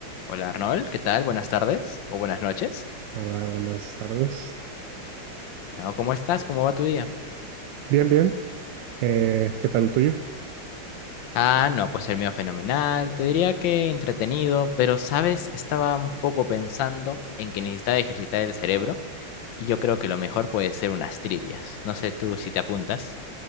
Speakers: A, on the left (about 70°); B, on the right (about 70°).
A: Hola Arnold, ¿qué tal? Buenas tardes o buenas noches.
B: Hola, buenas tardes.
A: No, ¿cómo estás? ¿Cómo va tu día?
B: Bien, bien. Eh, ¿qué tal lo tuyo?
A: Ah, no, pues el mío fenomenal. Te diría que entretenido, pero sabes, estaba un poco pensando en que necesitaba ejercitar el cerebro y yo creo que lo mejor puede ser unas trivias. No sé tú si te apuntas.